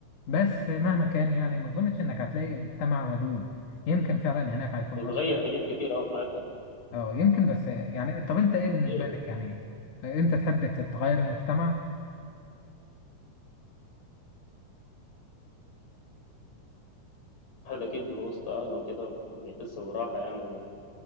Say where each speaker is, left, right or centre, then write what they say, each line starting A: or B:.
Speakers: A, on the left (about 75°); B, on the left (about 55°).
A: بس مهما كان يعني ما أظنش إنك هتلاقي مجتمع ودود يمكن فعلا هناك هيكون
B: بتغير
A: أن-
B: حاجات كتير أوي في حياتك
A: أه يمكن بس يعني طب أنت إيه بالنسبة
B: أيوة
A: لك يعني أنت تحب تتغير المجتمع؟
B: الواحد أكيد وسط أهله وكده بيحس براحة يعني